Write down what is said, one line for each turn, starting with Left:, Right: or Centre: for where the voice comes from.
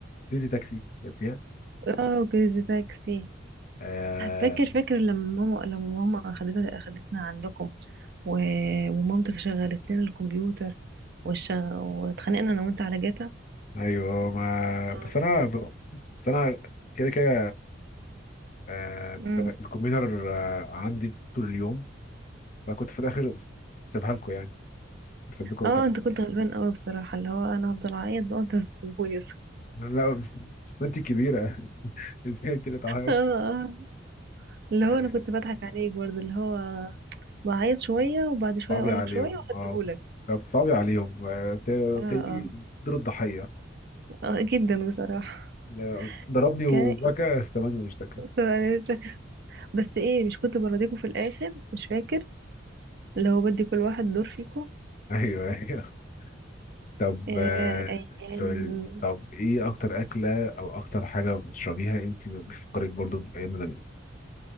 Left: كريزي تاكسي لعبتيها
Right: اه وكريزي تاكسي
Left: آه...
Right: فاكر فاكر لما ماما لما ماما اخدتنا اخدتنا عندكم و... ومامتك شغلت لنا الكمبيوتر والشغ... واتخانقنا انا وانت على جاتا
Left: ايوه ما
Right: اه
Left: بس انا ب... بس انا كده كده آه... بيبقى
Right: أمم.
Left: الكمبيوتر آه... عندي طول اليوم فكنت في الاخر سيبها لكم يعني بسيبكم
Right: اه
Left: تاني
Right: انت كنت غلبان قوي بصراحة اللي هو انا هفضل اعيط بقى وانت هتسيبهولي <laughs>
Left: لا انت كبيره <laughs> ازاي انت اللي تعيطي
Right: اه آه. اللي
Left: آه...
Right: هو انا كنت بضحك عليك برضه اللي هو بعيط شوية وبعد شوية
Left: صعبي
Right: اقول
Left: عليهم
Right: لك شوية وهديهولك
Left: اه لو بتصعبي عليهم آه... ت-
Right: اه اه
Left: تلاقيه دور الضحيه
Right: آه، جدا بصراحة
Left: آه، ضربني
Right: اوكي
Left: وبكى استماني واشتكى
Right: <laughs> انا لسه بس ايه مش كنت برضيكوا في الاخر مش فاكر اللي هو بدي كل واحد دور فيكوا
Left: <laughs> ايوه ايوه طب
Right: آه
Left: آه،
Right: ايام
Left: أسألك سؤال طب ايه اكتر اكله او اكتر حاجه بتشربيها انت بتفكرك برضو بايام زمان